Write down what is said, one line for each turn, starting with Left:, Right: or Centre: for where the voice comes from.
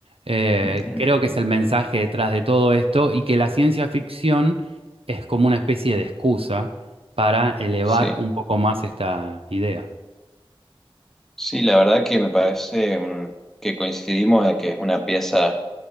Right: eh,
Centre: Ujú,
Right: creo que es el mensaje detrás de todo esto y que la ciencia ficción es como una especie de excusa para elevar
Centre: Sí,
Right: un poco más esta idea.
Centre: sí, la verdad que me parece mm, que coincidimos en que es una pieza